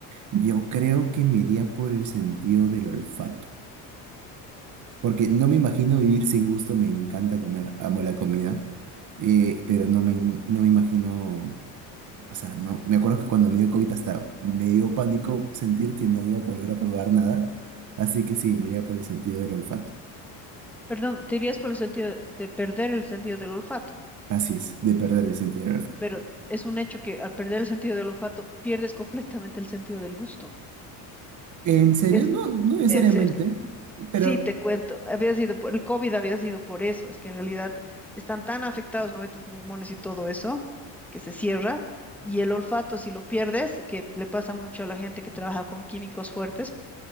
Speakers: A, on the right; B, in the centre.
A: Yo creo que me iría por el sentido del olfato, porque no me imagino vivir sin gusto, me encanta comer, amo la comida, eh, pero no me, no me imagino... O sea, no, me acuerdo que cuando me dio COVID hasta me dio pánico sentir que no iba a volver a probar nada. Así que sí, me iría por el sentido del olfato.
B: Perdón, te irías por el sentido de perder el sentido del olfato,
A: Así es, de perder el sentido del olfato.
B: pero es un hecho que al perder el sentido del olfato pierdes completamente el sentido del gusto.
A: ¿En serio?
B: Es
A: No, no necesariamente.
B: en serio.
A: Pero,
B: Sí, te cuento, había sido por el COVID, había sido por eso, es que en realidad están tan afectados, ¿no? Tus pulmones y todo eso, que se cierra, y el olfato, si lo pierdes, que le pasa mucho a la gente que trabaja con químicos fuertes,